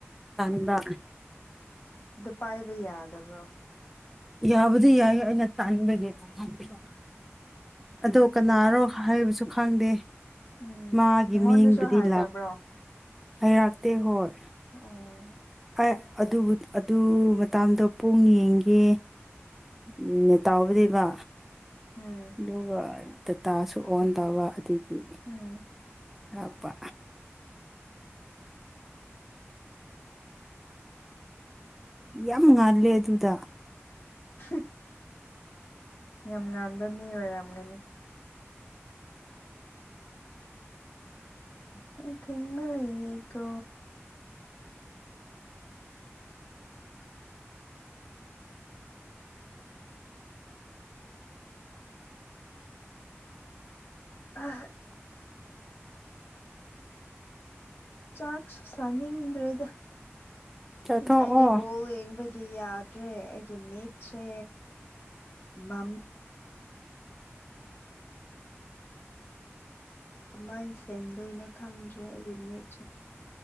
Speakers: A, in the centre; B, on the left (about 50°).
A: ꯇꯥꯟꯕ
B: ꯗꯣ ꯄꯥꯏꯕ ꯌꯥꯗꯕ꯭ꯔꯣ
A: ꯌꯥꯕꯨꯗꯤ ꯌꯥꯏ ꯑꯩꯅ ꯇꯥꯟꯕꯒꯤ <unintelligible>
B: ꯎꯝ
A: ꯑꯗꯣ ꯀꯅꯥꯔꯣ
B: ꯑꯗꯨꯁꯨ
A: ꯍꯥꯏꯕꯁꯨ ꯈꯪꯗꯦ
B: ꯎꯝ
A: ꯃꯥꯒꯤ
B: ꯅꯪꯉꯣꯟꯗꯁꯨ
A: ꯃꯤꯡꯕꯨꯗꯤ
B: ꯍꯥꯏꯗꯕ꯭ꯔꯣ
A: ꯂꯥꯛ ꯍꯩꯔꯥꯛꯇꯦ ꯍꯣꯏ
B: ꯎꯝ
A: ꯑꯩ ꯑꯗꯨꯕꯨ ꯑꯗꯨ ꯃꯇꯥꯛꯗꯣ ꯄꯨꯡ ꯌꯦꯡꯒꯦ ꯎꯝ ꯇꯥꯎꯕꯗꯤꯕ
B: ꯎꯝ
A: ꯑꯗꯨꯒ ꯗꯇꯥꯁꯨ ꯑꯣꯟ ꯇꯧꯕ ꯑꯗꯨꯒꯤ
B: ꯎꯝ
A: ꯌꯥꯛꯄ ꯌꯥꯝ ꯉꯥꯜꯂꯦ ꯑꯗꯨꯗ
B: ꯍꯨꯝ ꯌꯥꯝ ꯉꯥꯟꯕ ꯃꯤ ꯑꯣꯏꯔꯝꯒꯅꯤ ꯌꯥꯍꯧꯊꯦꯛꯃꯟꯂꯤ ꯂꯩꯀꯣ ꯑ ꯆꯥꯛꯁꯨ ꯆꯥꯅꯤꯡꯗ꯭ꯔꯦꯗ
A: ꯆꯠꯊꯣꯛꯑꯣ
B: ꯑꯩꯗꯤ ꯕꯣꯜ ꯌꯦꯡꯕꯒꯤ ꯑꯩ ꯌꯥꯗ꯭ꯔꯦ ꯑꯩꯒꯤ ꯃꯤꯠꯁꯦ ꯃꯝ ꯑꯗꯨꯃꯥꯏꯅ ꯁꯦꯝꯗꯣꯏꯅꯣ ꯈꯪꯗ꯭ꯔꯦ ꯑꯩꯒꯤ ꯃꯤꯠꯁꯦ